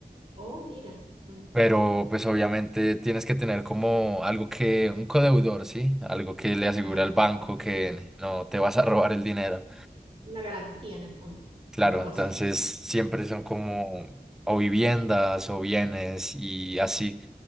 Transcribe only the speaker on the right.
Oh, mira. Mm.
Ah,
sí.
Una garantía en el fondo,
como algo
así.